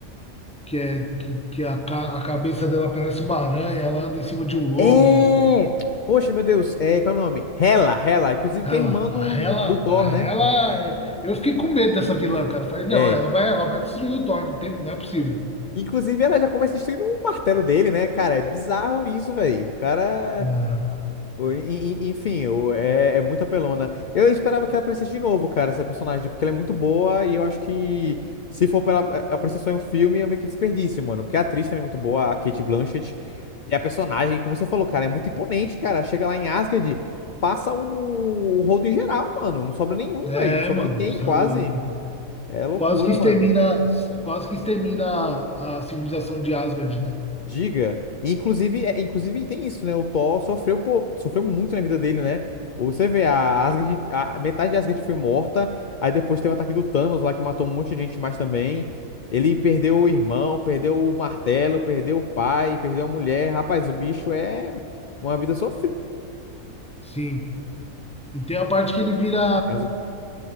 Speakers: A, in the centre; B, on the left.
A: que é que, que a, ca- a cabeça dela parece uma aranha, ela anda em cima de um lobo.
B: É! Poxa, meu Deus, é, qual é o nome? Hela, Hela, inclusive
A: Ela,
B: que é irmã
A: a
B: do,
A: ela,
B: do, do Thor,
A: a ela,
B: né?
A: é- eu fiquei com medo dessa vilã, cara. Falei, não,
B: É.
A: ela vai, ela vai destruir o Thor, não tem, não é possível.
B: Inclusive, ela já começa destruindo um martelo dele, né, cara? É bizarro isso, velho. O cara
A: Ah,
B: O- e- e- Enfim, o- é, é muito apelona. Eu esperava que ela aparecesse de novo, cara, essa personagem, porque ela é muito boa e eu acho que se for pra ela a- aparecer só em um filme é meio que desperdício, mano. Porque a atriz também é muito boa, a Kate Blanchett. E a personagem, como você falou, cara, é muito imponente, cara. Chega lá em Asgard, passa o, o rodo em geral, mano. Não sobra nenhum,
A: É,
B: velho. Não sobra
A: mano,
B: ninguém,
A: você
B: quase.
A: é louco.
B: É loucura,
A: Quase que extermina,
B: mano.
A: quase que extermina a, a civilização de Asgard, né?
B: Diga. E, Inclusive, é- inclusive tem isso, né? O Thor sofreu, pô, sofreu muito na vida dele, né? Você vê, a Asgard, a metade de Asgard foi morta, aí depois teve o ataque do Thanos lá, que matou um monte de gente mais também. Ele perdeu o irmão, perdeu o martelo, perdeu o pai, perdeu a mulher. Rapaz, o bicho é uma vida sofrida.
A: Sim. E tem a parte que ele vira
B: É, <laughs> um zumbi.